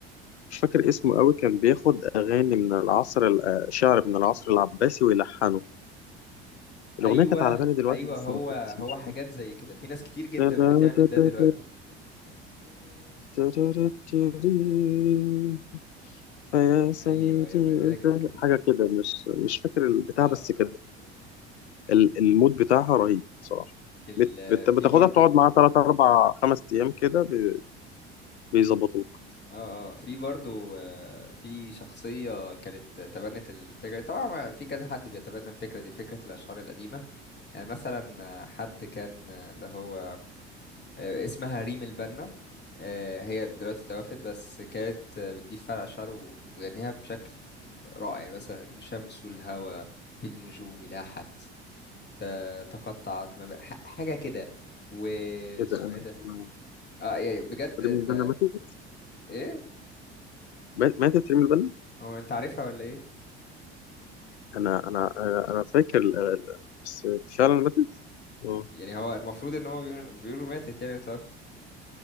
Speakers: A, on the left; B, on the left.
A: مش فاكر اسمه قوي كان بياخد اغاني من العصر ال- آه، شعر من العصر العباسي ويلحنه الاغنيه
B: أيوه
A: كانت على بالي دلوقتي
B: أيوه
A: بس
B: هو
A: ما كانتش
B: هو
A: مش
B: حاجات زي كده في ناس كتير جدا
A: فاكر.
B: بتعمل ده دلوقتي
A: <laughs> فيا سيدي
B: أيوه يا مزاجك
A: انت حاجه كده مش مش فاكر البتاع
B: اه
A: بس كده ال- المود بتاعها رهيب بصراحة
B: ال...
A: بت- بت-
B: في
A: بتاخدها
B: برضو
A: بتقعد معاها تلات أربع خمس أيام كده بي- بيظبطوك
B: اه اه في برضو آه، في شخصية كانت تبنت الفكرة طبعا ما- في كذا حد بيتبنى الفكرة دي فكرة الأشعار القديمة آه، مثلا آه، حد كان آه، اللي هو آه، اسمها ريم البنا آه، هي دلوقتي توفت بس كانت آه، بتجيب فرع أشعار وتغنيها بشكل رائع يعني مثلا شمس والهوى في النجوم لاحت ت- تقطعت ما ب- ح- حاجة كده واسمه
A: إيه ده أنا
B: ايه ده
A: أنا
B: اه يعني بجد
A: ريم البنا
B: ت...
A: ماتت
B: ايه
A: مات- ماتت ريم البنا
B: هو انت عارفها ولا ايه
A: أنا أنا أنا أنا فاكر ال- ال- بس فعلا ماتت مم.
B: يعني هو المفروض ان هو بيقولوا بيقولوا ماتت يعني وتوفت